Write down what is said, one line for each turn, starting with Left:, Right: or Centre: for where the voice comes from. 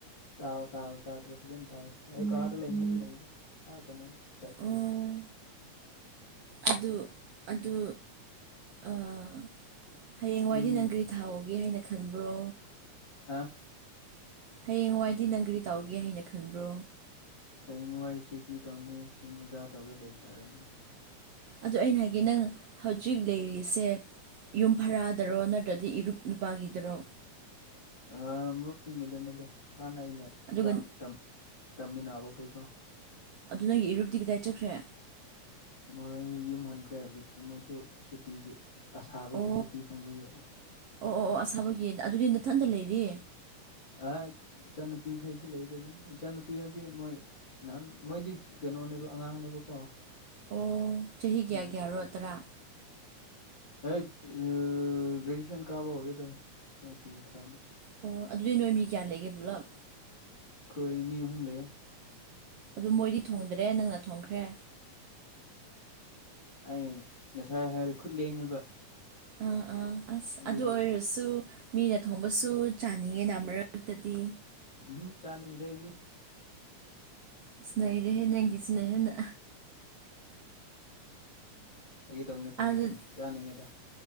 Left: ꯇꯥꯎ ꯇꯥꯎ ꯇꯥꯗ꯭ꯔ ꯐꯖꯅ ꯇꯥꯎ ꯑꯩ ꯀꯥꯗ ꯂꯩꯕꯅꯦꯗ ꯂꯩꯕꯖꯤ ꯑꯥ ꯀꯩꯅꯣꯗ ꯁꯥꯏꯠꯇ
Right: ꯎꯝ ꯑꯗꯨ ꯑꯗꯨ ꯑꯥ ꯍꯌꯦꯡꯋꯥꯏꯗꯤ
Left: ꯎꯝ
Right: ꯅꯪ ꯀꯔꯤ ꯊꯥꯍꯧꯒꯦ ꯍꯥꯏꯅ ꯈꯟꯕ꯭ꯔꯣ
Left: ꯑ
Right: ꯍꯌꯦꯡꯋꯥꯏꯗꯤ ꯅꯪ ꯒ꯭ꯔꯤ ꯇꯥꯎꯒꯦ ꯍꯥꯏꯅ ꯈꯟꯕ꯭ꯔꯣ
Left: ꯍꯌꯦꯡꯋꯥꯏꯁꯤ ꯀ꯭ꯔꯤ ꯇꯧꯅꯤ ꯗꯨꯝ ꯃꯣꯖꯥ ꯇꯧꯔ ꯂꯩꯕ ꯇꯥꯔꯦꯅꯦ ꯗꯣ
Right: ꯑꯗꯣ ꯑꯩꯅ ꯍꯥꯏꯒꯦ ꯅꯪ ꯍꯧꯖꯤꯛ ꯂꯩꯔꯤꯁꯦ ꯌꯨꯝ ꯚꯔꯥꯗꯔꯣ ꯅꯠꯇ꯭ꯔꯗꯤ ꯏꯔꯨꯞ ꯅꯨꯄꯥꯒꯤꯗꯔꯣ
Left: ꯑꯥ ꯃꯔꯨꯞꯁꯤꯡꯒꯤꯗꯅꯤꯗ ꯍꯥꯟꯅ ꯑꯩꯅ
Right: ꯑꯗꯨꯒ
Left: ꯀꯥ ꯇꯝ ꯇꯝꯃꯤꯟꯅꯥꯕ ꯈꯣꯏꯀꯣ
Right: ꯑꯗꯨ ꯅꯪꯒꯤ ꯏꯔꯨꯞꯇꯤ ꯀꯗꯥꯏ ꯆꯠꯈ꯭ꯔꯦ
Left: ꯃꯣꯏ ꯌꯨꯝ ꯍꯟꯈ꯭ꯔꯦ ꯖꯤꯛꯇꯤ ꯃꯣꯏꯁꯨ ꯁꯨꯇꯤꯒꯤ ꯑꯁꯥꯕꯒꯤ
Right: ꯑꯣ
Left: ꯁꯨꯇꯤ ꯐꯪꯕꯒꯤ
Right: ꯑꯣ ꯑꯣ ꯑꯣ ꯑꯁꯥꯕꯒꯤ ꯑꯗꯨꯗꯤ ꯅꯊꯟꯗ ꯂꯩꯔꯤ
Left: ꯑꯥ ꯏꯆꯟꯅꯨꯄꯤ ꯈꯣꯏꯁꯨ ꯂꯩꯗ ꯑꯗꯨꯝ ꯏꯆꯟꯅꯨꯄꯤ ꯍꯥꯏꯕꯗꯤ ꯃꯣꯏ ꯅꯥꯍꯟ ꯃꯣꯏꯗꯤ ꯀꯩꯅꯣꯅꯦꯕ ꯑꯉꯥꯡꯅꯦꯕꯀꯣ
Right: ꯑꯣ ꯆꯍꯤ ꯒ꯭ꯌꯥ
Left: ꯎꯝ
Right: ꯒ꯭ꯌꯥꯔꯣ ꯇꯔꯥ
Left: ꯑꯩꯠ ꯑ ꯒ꯭ꯔꯦꯖꯨꯌꯦꯁꯟ ꯀꯥꯕ ꯍꯧꯔꯦꯗ ꯀꯗꯥꯏ ꯆꯍꯤ ꯇꯔꯥꯅꯣ
Right: ꯑꯣ ꯑꯗꯨꯗꯤ ꯅꯣꯏ ꯃꯤ ꯀꯌꯥ ꯂꯩꯒꯦ ꯄꯨꯂꯞ
Left: ꯈꯣꯏ ꯃꯤ ꯑꯍꯨꯝ ꯂꯩꯌꯦ
Right: ꯑꯗꯨ ꯃꯣꯏꯗꯤ ꯊꯣꯡꯗꯔꯦ ꯅꯪꯅ ꯊꯣꯡꯈ꯭ꯔꯦ
Left: ꯑꯩ ꯉꯁꯥꯏ ꯍꯥꯏꯔꯦ ꯈꯨꯠ ꯂꯦꯡꯉꯦꯕ
Right: ꯑ ꯑ ꯑꯁ
Left: ꯑꯗꯨꯒꯤ
Right: ꯑꯗꯨ ꯑꯣꯏꯔꯁꯨ ꯃꯤꯅ ꯊꯣꯡꯕꯁꯨ ꯆꯥꯅꯤꯡꯉꯦꯅ ꯑꯃꯔꯛꯇꯗꯤ
Left: ꯎꯝꯍꯨꯝ ꯆꯥꯅꯤꯡꯗꯦ ꯑꯩꯗꯤ
Right: ꯑꯁ ꯅꯩꯔꯦꯍꯦ ꯅꯪꯒꯤꯖꯤꯅ ꯍꯦꯟꯅ
Left: ꯐꯥꯒꯤ ꯇꯧꯕꯅꯦ ꯐꯥꯒꯤ
Right: ꯑꯗꯨ
Left: ꯇꯧꯅꯦ ꯆꯥꯅꯤꯡꯉꯦꯗ